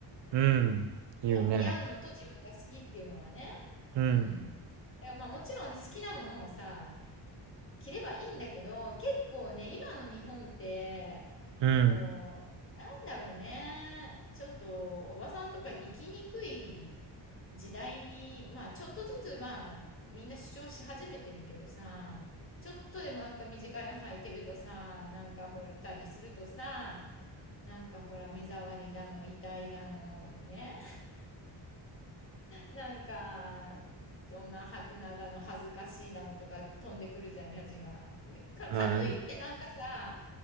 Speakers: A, on the right; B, on the left.
A: うん。言うね。
B: いや、似合うのと自分が好きっていうのはね。
A: うん。
B: うん。いや、まあもちろん好きなものをさ、着ればいいんだけど、結構ね、今の日本って、
A: うん。
B: こう、なんだろうね、ちょっとおばさんとか生きにくい時代に、まあちょっとずつまあみんな主張し始めてるけどさ、ちょっとでもなんか短いの履いてるとさ、なんかほらたりするとさ、なんかほら目障りだの、痛いだのね、なんか、そんな白菜だの恥ずかしいだのとか飛んでくるじゃん、やじが。で、か、
A: まあ、
B: かといってなんかさ、
A: うん。